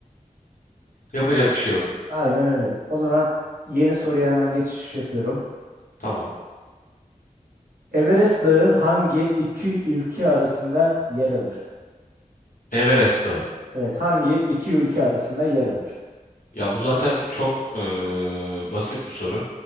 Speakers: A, on the left; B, on the right.
A: Yapacak
B: O z-
A: bir şey yok.
B: Aynen öyle. O zaman yeni soruya hemen geçiş yapıyorum.
A: Tamam.
B: Everest Dağı hangi iki ülke arasında yer alır?
A: Everest Dağı.
B: Evet, hangi iki ülke arasında yer alır?
A: Ya bu zaten çok eee, basit bir soru.